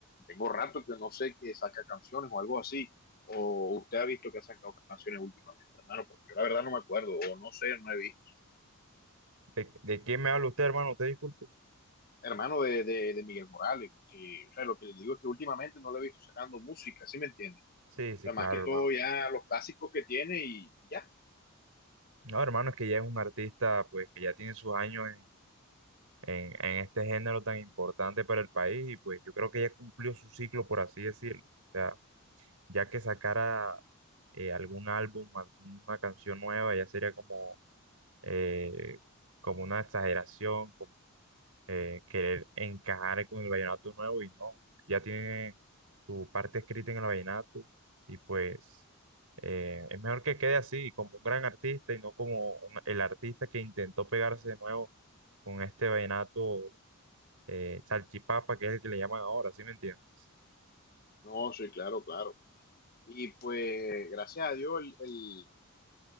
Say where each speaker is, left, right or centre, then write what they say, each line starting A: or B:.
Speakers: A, on the left; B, on the right.
A: tengo rato que no sé que saca canciones o algo así. O usted ha visto que ha sacado canciones últimamente, hermano, porque yo la verdad no me acuerdo, o no sé, no he visto.
B: ¿De, de quién me habla usted, hermano? ¿Usted disculpe?
A: Hermano de, de, de Miguel Morales, que, o sea, lo que les digo es que últimamente no lo he visto sacando música, ¿sí me entiende?
B: Sí,
A: O
B: sí,
A: sea,
B: claro,
A: más que todo
B: hermano.
A: ya los clásicos que tiene y, y ya.
B: No, hermano, es que ya es un artista pues que ya tiene sus años en, en, en este género tan importante para el país y pues yo creo que ya cumplió su ciclo, por así decirlo. O sea, ya que sacara eh, algún álbum, alguna canción nueva, ya sería como... eh, como una exageración, eh, querer encajar con el vallenato nuevo y no, ya tiene su parte escrita en el vallenato y pues eh, es mejor que quede así, como un gran artista y no como un- el artista que intentó pegarse de nuevo con este vallenato eh, salchipapa, que es el que le llaman ahora, ¿sí me entiendes?
A: No, sí, claro, claro. Y pues, gracias a Dios, el, el,